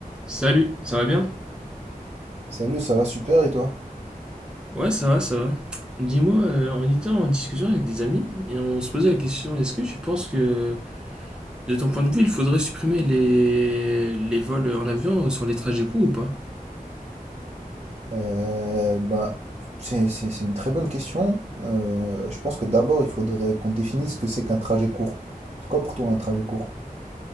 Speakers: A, in the centre; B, on the right (about 40°).
A: Salut, ça va bien?
B: Salut, ça va super et toi?
A: Ouais, ça va, ça va. Dis-moi, euh, on était en discussion avec des amis et on se posait la question, est-ce que tu penses que, de ton point de vue, il faudrait supprimer les, les vols en avion sur les trajets courts ou pas?
B: Euh, ben, c'est c'est- c'est une très bonne question. Euh, je pense que d'abord, il faudrait qu'on définisse ce que c'est qu'un trajet court. C'est quoi pour toi un trajet court?